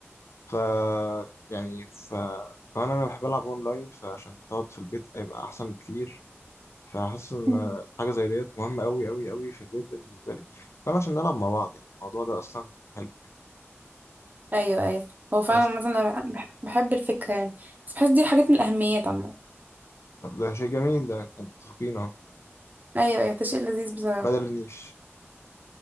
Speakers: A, on the left; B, on the right.
A: ف يعني ف كمان انا بحب العب اونلاين فعشان تقعد في البيت هيبقى احسن بكتير فحاسس ان
B: أمم.
A: حاجه زي ديت مهمه قوي قوي قوي في البيت بالنسبه لي كان عشان نلعب مع بعض يعني الموضوع ده اصلا حلو
B: ايوه ايوه هو فعلا
A: بس
B: مثلا انا بح- بحب الفكرة يعني بس بحس دي حاجات من الاهميات عامة
A: طب ده شيء جميل ده متفقين اهو
B: ايوه ايوه ده شيء لذيذ بصراحة
A: بدل النيش